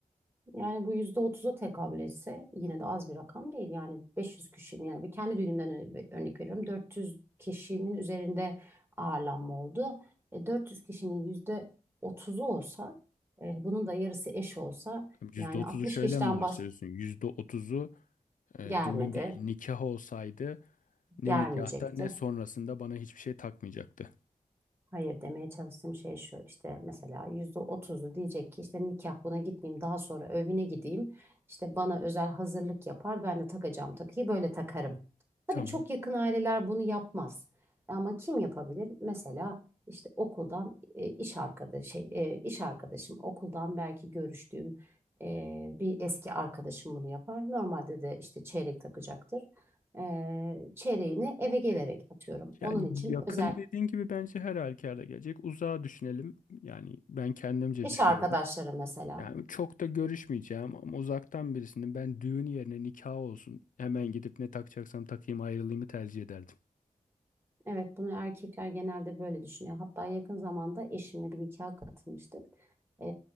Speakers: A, on the right; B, on the left.
A: Yani bu yüzde otuza tekabül etse yine de az bir rakam değil. Yani 500 kişinin yani bir kendi düğünümden ö- örnek veriyorum. 400 kişinin üzerinde ağırlanma oldu. E, 400 kişinin yüzde otuzu olsa e, bunun da yarısı eş olsa
B: %30'u
A: yani 60
B: şöyle
A: kişiden
B: mi varsayıyorsun? %30'u e,
A: Gelmedi.
B: düğün değil nikah olsaydı ne
A: Gelmeyecekti.
B: nikahta ne sonrasında bana hiçbir şey takmayacaktı.
A: Hayır demeye çalıştığım şey şu işte mesela yüzde otuzu diyecek ki işte nikah buna gitmeyeyim daha sonra evine gideyim işte bana özel hazırlık yapar ben de takacağım takıyı böyle takarım. Tabii
B: Tamam.
A: çok yakın aileler bunu yapmaz ama kim yapabilir? Mesela işte okuldan e, iş arkadaşı şey, e, iş arkadaşım okuldan belki görüştüğüm e, bir eski arkadaşım bunu yapar. Normalde de işte çeyrek takacaktır. E, çeyreğini eve gelerek atıyorum. Onun
B: Yani
A: için
B: yakın
A: özel
B: dediğin gibi bence her halükarda gelecek. Uzağa düşünelim. Yani ben kendimce
A: İş
B: düşünüyorum.
A: arkadaşları mesela.
B: Yani çok da görüşmeyeceğim ama uzaktan birisinin ben düğün yerine nikah olsun. Hemen gidip ne takacaksam takayım ayrılayımı tercih ederdim.
A: Evet bunu erkekler genelde böyle düşünüyor. Hatta yakın zamanda eşimle bir nikaha katılmıştık. Ee,